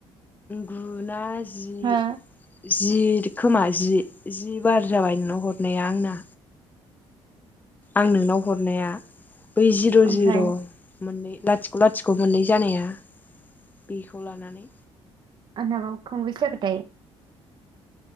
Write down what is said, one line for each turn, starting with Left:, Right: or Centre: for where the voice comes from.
Left: गुना जि
Right: हो
Left: जि खोमा जि जि बार जाबाय नोंनाव हरनाया आंना आं नोंनाव हरनाया बै जिर'
Right: ओमफ्राय
Left: जिर' मोननै लाथिख' गुलाथिखौ मोननै जानाया बेखौ लानानै
Right: आनाबा खन बिसागथाय